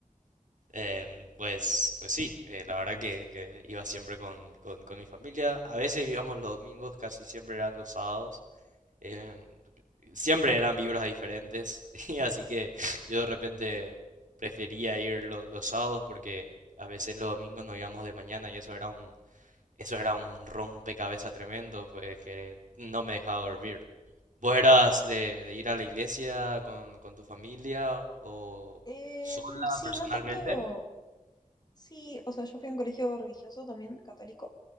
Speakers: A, on the right; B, on the left.
A: Em, pues, pues sí, eh, la verdad que, que iba siempre con, con- con mi familia. A veces íbamos los domingos, casi siempre eran los sábados. em, siempre eran vibras diferentes. <laughs> Y así que yo de repente prefería ir lo- los sábados porque a veces los domingos nos íbamos de mañana y eso era un, eso era un rompecabezas tremendo, pues que no me dejaba
B: Total.
A: dormir. ¿Vos eras de, de ir a la iglesia con, con tu familia o
B: Em,
A: sola
B: sí,
A: personalmente?
B: no tanto. Sí, o sea, yo fui a un colegio religioso también, católico,